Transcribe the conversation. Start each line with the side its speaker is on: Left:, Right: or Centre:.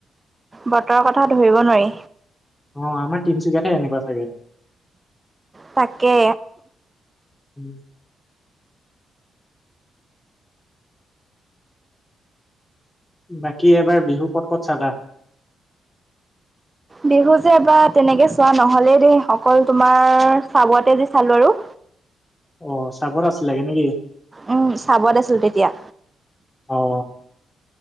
Right: বতৰৰ কথা ধৰিব নোৱাৰি।
Left: অ আমাৰ তিনচুকীয়াতে এনেকুৱা চাগে।
Right: তাকে
Left: উম বাকী এইবাৰ বিহু ক'ত ক'ত চালা?
Right: বিহু যে বাৰ তেনেকে চোৱা নহলেই দেই অকল তোমাৰ চাবোৱাতে যে চালো আৰু।
Left: অ চাবোৱাত আছিলাগে নেকি?
Right: উম চাবুৱাত আছিলো তেতিয়া।
Left: অ